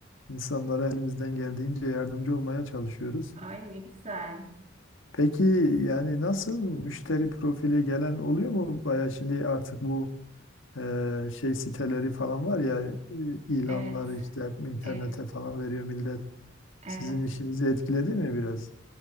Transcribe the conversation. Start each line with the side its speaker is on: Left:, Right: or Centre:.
Left: insanlara elimizden geldiğince yardımcı olmaya çalışıyoruz.
Right: Ay ne güzel.
Left: Peki yani nasıl müşteri profili gelen oluyor mu? Baya şimdi artık bu e, şey siteleri falan var ya e, ilanları
Right: Evet.
Left: işte internete
Right: Ev.
Left: falan veriyor millet.
Right: Evet.
Left: Sizin işinizi etkiledi mi biraz?